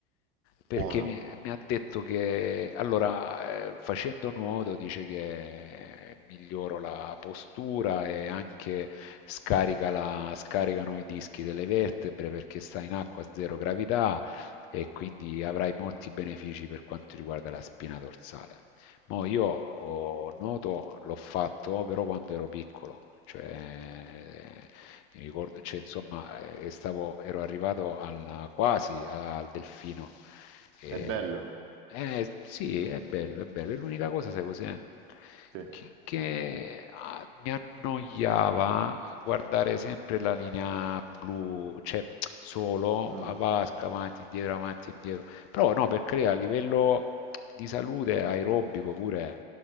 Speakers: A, on the left (about 50°); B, on the right (about 50°).
A: perché
B: buono,
A: mi, mi ha detto che allora eh, facendo nuoto dice che miglioro la postura e anche scarica la- scaricano i dischi delle vertebre perché sta in acqua a zero gravità e quindi avrai molti benefici per quanto riguarda la spina dorsale. Mo io ho, nuoto l'ho fatto però quando ero piccolo, cioè mi ricordo, cioè, insomma, eh, stavo, ero arrivato alla- quasi al delfino. E,
B: è bello.
A: eh, sì, è bello, è bello. E l'unica cosa, sai cos'è?
B: Sì,
A: Che, che, ah, mi annoiava guardare sempre la linea blu, cioè solo
B: Mm,
A: a vasca, avanti, indietro, avanti, indietro. Però no, per carità, a livello di salute aerobico pure